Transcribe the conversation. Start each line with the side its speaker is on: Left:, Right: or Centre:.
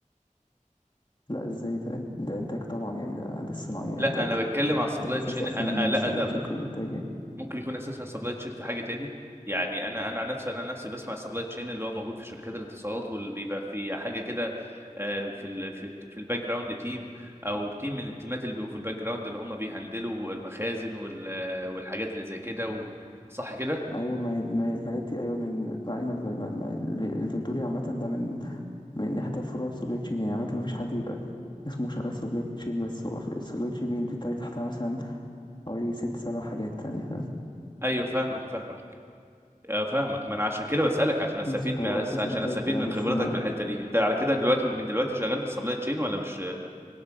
Left: لا ازاي ده ده انتاج طبعا يعني ده ده الصناعية
Right: لا
Left: انتاج
Right: انا بتكلم على السبلاي
Left: ده اساس
Right: تشين
Left: اصلا
Right: انا آه، لا
Left: السبلاي
Right: انا
Left: تشين
Right: ممكن
Left: في الانتاج يعني
Right: ممكن يكون اساسها السبلاي تشين في حاجه تاني يعني انا انا عن نفسي انا عن نفسي بسمع السبلاي تشين اللي هو موجود في شركات الاتصالات واللي بيبقى في حاجه كده آه، في ال في في الباك جراوند تيم او تيم من التيمات اللي بيبقوا في الباك جراوند اللي هم بيهندلوا المخازن وال آه، والحاجات اللي زي كده و... صح كده
Left: ايوه ما هي ما هي الحاجات دي ايوه من ايوه الفنتوري عامة ده من من إحدى فروع سبلاي تشين يعني عامة مفيش حد يبقى اسمه شغال سبلاي تشين بس هو السبلاي تشين بيندي تحتها مثلا حوالي ست سبع حاجات تانية فاهم
Right: ايوه فاهمك فاهمك آه، فاهمك ما انا عشان كده بسالك عشان استفيد
Left: بس فهو
Right: من
Left: أساس
Right: عشان
Left: إنتاج
Right: استفيد
Left: في الهندسة
Right: من
Left: الصناعية
Right: خبرتك في الحته دي انت على كده دلوقتي من دلوقتي شغال في السبلاي تشين ولا مش